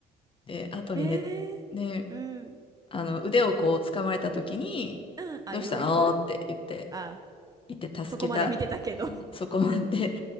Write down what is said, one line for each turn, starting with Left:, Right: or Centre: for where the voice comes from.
Left: で、後にね、
Right: ええうん。
Left: で、あの、腕をこう掴まれた時に、
Right: うん。あ、
Left: どうしたのって言って、
Right: ようやくあ、
Left: 行って助けた、
Right: そこまで見てたけど。
Left: そこまで。